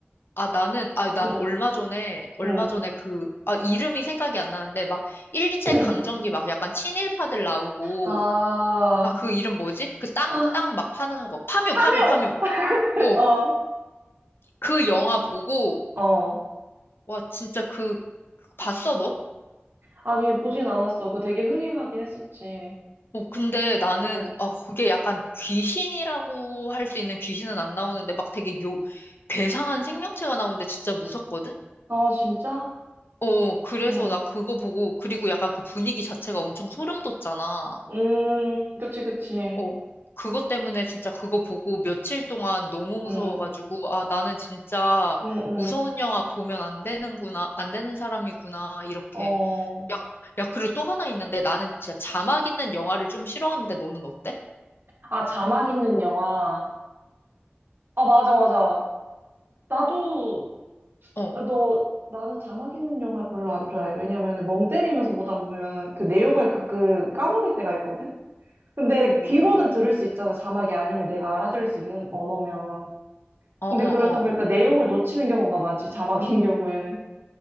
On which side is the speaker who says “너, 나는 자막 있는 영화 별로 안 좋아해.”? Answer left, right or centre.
Right